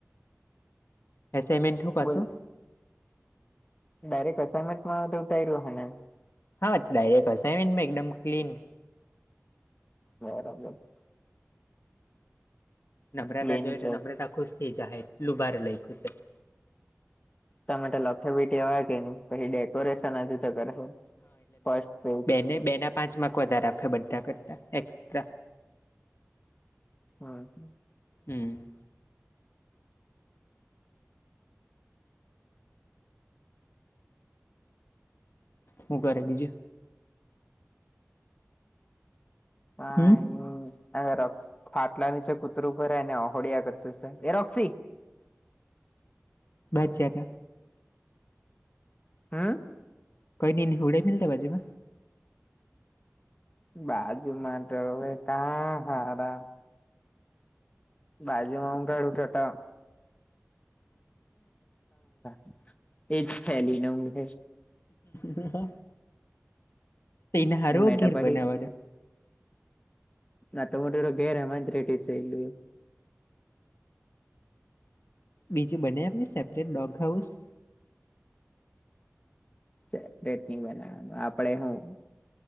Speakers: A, on the left; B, on the left.
A: એસાઈનમેન્ટ હૂં પાશો
B: બોલ ડાયરેક્ટ અસનમેન્ટમાં ઉતારુ રહ્યું હેને
A: હા ડાયરેક્ટ અસાઈમેનટ મેં એકદમ ક્લીન
B: <unintelligible>
A: નમ્રતા
B: ક્લીન
A: જોઈ
B: ચોક
A: તો નમ્રતા ખુશ થઈ જાય લુભારે લઈ ખુશ
B: તમે લખેબીટીવા કે ન પછી ડેકોરેશનજ કર ફ
A: એને બેના પાંચ માકૅ વધારે આપે બધા કરતા એક્સ્ટ્રા
B: હા જ
A: હમ હું કરે બીજું
B: હ <unintelligible>
A: હમ
B: હ ર ફાટલા ની છે કૂતરું ભરેને અહોળિયા કરતું છે એ રોક્ષી
A: બેઠજાટ
B: હમ
A: કઈ ની હુવડાવી દેને બાજુ માં
B: બાજુ માટે હવે કા હારા બાજીમાં ઉઘાડું તોત <unintelligible> એજ ફેલીને હુંઘે
A: તો એના હારો
B: મેં
A: વગેર
B: તો પછી
A: બનાવાનો
B: ના તમટરો ગેરે મંત રેટ છે એલુ
A: બીજું બનાઈ આપને સેપરેટ ડોગ હાઉસ
B: સેપરેટ નહી બનાવાનું આપણે હું